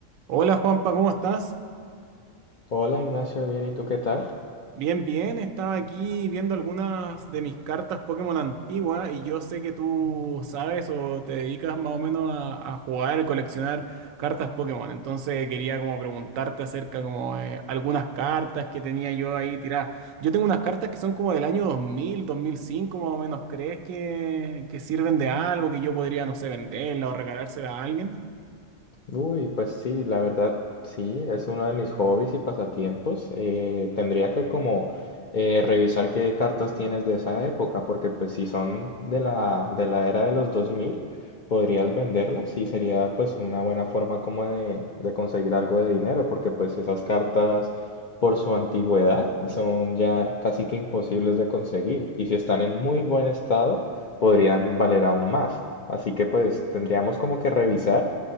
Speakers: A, on the right; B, on the left.
A: Hola Juanpa, ¿cómo estás?
B: Hola Ignacio, bien, ¿y tú qué tal?
A: Bien, bien, estaba aquí viendo algunas de mis cartas Pokémon antiguas y yo sé que tú sabes o te dedicas más o menos a, a jugar y coleccionar cartas Pokémon, entonces quería como preguntarte acerca como de algunas cartas que tenía yo ahí tiradas. Yo tengo unas cartas que son como del año dos dos mil, dos mil cinco más o menos, ¿crees que, que sirven de algo que yo podría, no sé, venderla o regalársela a alguien?
B: Uy, pues sí, la verdad, sí, es uno de mis hobbies y pasatiempos. Eh, tendría que como eh, revisar qué cartas tienes de esa época, porque pues si son de la, de la era de los dos mil podrías venderlas y sería pues una buena forma como de, de conseguir algo de dinero, porque pues esas cartas por su antigüedad son ya casi que imposibles de conseguir y si están en muy buen estado, podrían valer aún más. Así que pues tendríamos como que revisar